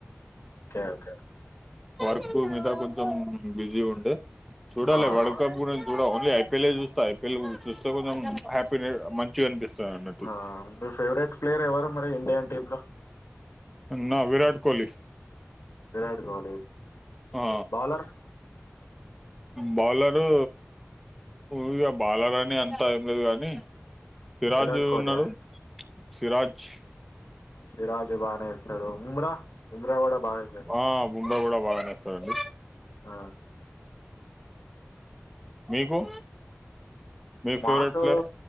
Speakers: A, on the left; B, in the centre.
A: ఓకే ఓకే
B: వర్క్ మీద కొంచెం బిజీ ఉండే చూడాల
A: ఆహా
B: వరల్డ్ కప్ కూడా చూడవ ఐపిఎల్ చూస్తా ఐపీఎల్ చూస్తే కొంచం హ్యాపీ మంచిగా అనిపిస్తంది సనాటి
A: ఆ మీ ఫేవరెట్ ప్లేయర్ ఎవరు మరి ఇండియన్ టీమ్ లో
B: నా విరాట్ కోహ్లీ
A: విరాట్ కోహ్లీ
B: ఆ
A: బౌలర్
B: బౌలరు ఇగా బాలర్ అని అంత ఏంలేదు కానీ సిరాజు
A: విరాట్ కోహ్లీయా
B: ఉన్నాడు సిరాజ్
A: సిరాజ్ బానే ఎస్తాడు బుమ్రా బుమ్రా కూడా బా ఎస్తాడు
B: ఆ కూడా బాగానే ఒస్తదండీ
A: ఆ
B: మీకు మీ ఫేవరెట్
A: మాకు
B: ప్లేయర్